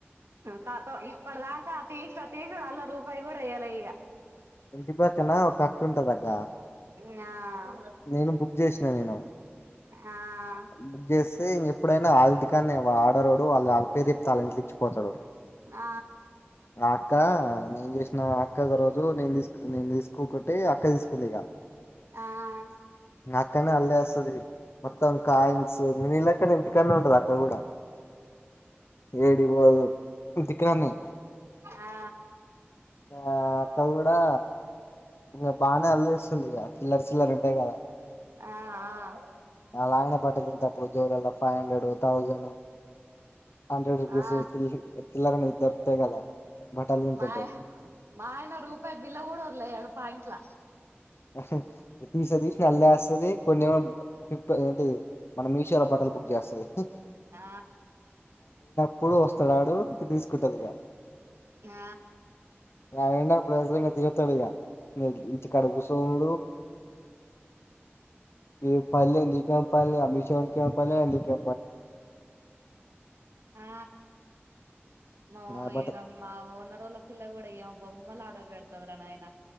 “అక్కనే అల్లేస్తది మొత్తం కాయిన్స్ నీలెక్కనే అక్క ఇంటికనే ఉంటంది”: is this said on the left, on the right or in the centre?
Left